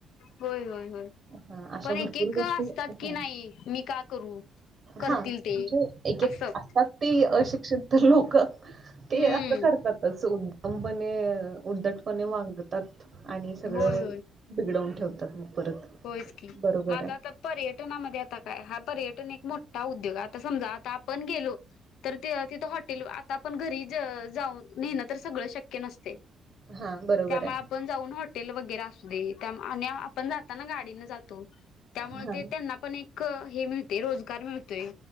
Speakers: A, on the left (about 85°); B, on the right (about 45°).
A: होय होय होय
B: हा अशा
A: पण एकेक
B: भरपूर गोष्टी
A: असतात
B: हा
A: की नाही मी का करू करतील
B: हा म्हणजे
A: ते
B: एक एक
A: असं
B: असतात ते
A: हम्म
B: अशिक्षण तर लोक ते
A: हम्म
B: असं करतातच उद्दमपणे उद्दटपणे वागात ात आणि सगळं
A: होय
B: बिघडवून ठेवतात मग परत
A: होय च की
B: बरोबर
A: मा
B: आहे
A: आता पर्यटनामध्ये आता काय हा पर्यटन एक मोठा उद्योग आता समजा आता आपण गेलो तर तिथं हॉटेल आता आपण घरी जाऊन नेणं तर सगळं शक्य नसते.
B: हा बरोबर
A: त्यामुळे
B: आहे.
A: आपण जाऊन हॉटेल वगैरे असू दे आणि आपण जाताना गाडीन जातो त्यामुळे
B: हा
A: ते त्यांना पण एक हे मिळते रोजगार मिळतोय